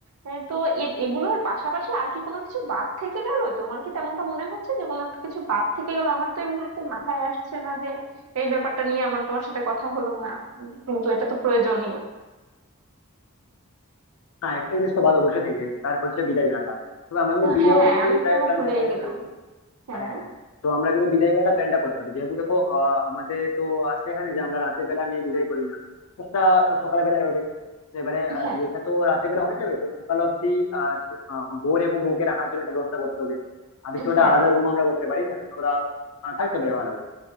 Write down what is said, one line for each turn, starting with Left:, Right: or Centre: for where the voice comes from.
Right: আহ, তো এ- এগুলোর পাশাপাশি আর কি কোনো কিছু বাদ থেকে গেল তোমার কি তেমনটা মনে হচ্ছে যে কোনো কিছু বাদ থেকে গেল আমার তো এই মুহূর্তে মাথায় আসছে না যে এই ব্যাপারটা নিয়ে আমার তোমার সাথে কথা হলো না কিন্তু এটা তো প্রয়োজনীয়
Left: না একটা জিনিস তো বাদ অবশ্যই থেকে গেছে তার হচ্ছে বিদায় বেলাটা তবে আমরা কিন্তু বিয়ে
Right: হ্যাঁ
Left: অব্দি
Right: আমি
Left: প্রায়
Right: তো
Left: প্ল্যানটা
Right: ভুলেই
Left: করে
Right: গেলাম
Left: ফেলেছি
Right: হ্যাঁ
Left: হ্যাঁ তো আমরা কিন্তু বিদায় বেলাটা প্ল্যানটা করতে হবে যেহেতু দেখো আহ, আমাদের তো আছে এখানে যে আমরা রাতের বেলা মেয়ে বিদায় করি না তো সেটা সকাল বেলায় হবে তো এবারে আহ,
Right: হ্যাঁ
Left: বিয়েটা তো রাতের বেলা হয়ে যাবে তো সকাল অব্দি আহ, ছে- আহ, বর এবং বউকে রাখার জন্য একটা ব্যবস্থা করতে হবে আর কিছু একটা
Right: হ্যাঁ
Left: আলাদা রুম আমরা করতে পারি যেখানে ওরা আহ, থাকতে পারে ভালো করে